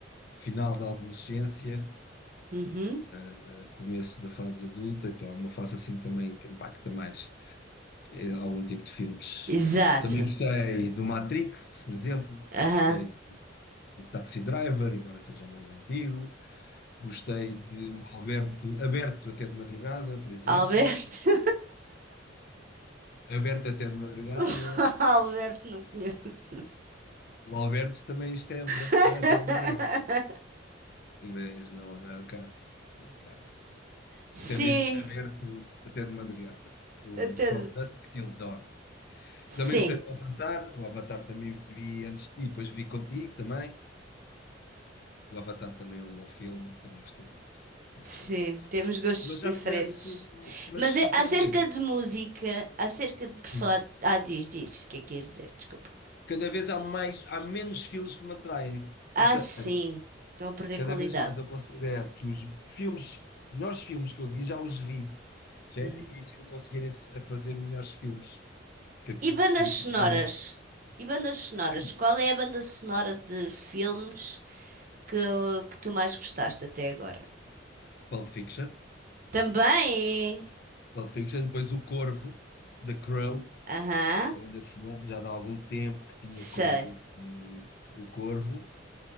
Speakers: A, on the left (about 55°); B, on the right (about 45°).
A: final da adolescência,
B: uhum.
A: eh, começo da fase adulta, então é uma fase assim também que impacta mais eh, algum tipo de filmes.
B: Exato.
A: Também gostei do Matrix, por exemplo.
B: Aham.
A: Gostei do Taxi Driver, embora seja mais antigo. Gostei de o Alberto, Aberto até de madrugada, por exemplo.
B: Alberto.
A: Aberto até de madrugada.
B: <laughs> Alberto não conheço.
A: O Alberto também esteve, deve
B: <laughs>
A: estar até de madrugada. Mas não, não é o caso. Não é o caso.
B: Sim.
A: Isto é mesmo aberto até de madrugada. O
B: Até.
A: From Dusk Till Dawn.
B: Sim.
A: Também gostei do Avatar. O Avatar também vi antes de ti, depois vi contigo também. O Avatar também é um bom filme, também gostei muito. Também
B: Sim,
A: gostei muito.
B: temos gostos
A: Mas já
B: diferentes.
A: começo, mas
B: Mas é-
A: sinceramente,
B: acerca de música, acerca de por falar.
A: Hum.
B: Ah, diz, diz, o que é que ias dizer? Desculpa.
A: Cada vez há mais, há menos filmes que me atraem.
B: Ah,
A: Ou seja,
B: sim, estão a perder
A: cada
B: qualidade.
A: vez mais eu considero que os filmes, melhores filmes que eu vi, já os vi. Já
B: Uhum.
A: é difícil conseguirem a fazer melhores filmes que aqueles
B: E bandas
A: que eu
B: sonoras?
A: já.
B: E bandas sonoras?
A: Ei,
B: Qual é a banda sonora de filmes que, que tu mais gostaste até agora?
A: Pulp Fiction.
B: Também!
A: Pulp Fiction, depois o Corvo, The Crow,
B: Aham,
A: o Anderson, já dá algum tempo que tinha
B: sei.
A: coisas de O Corvo.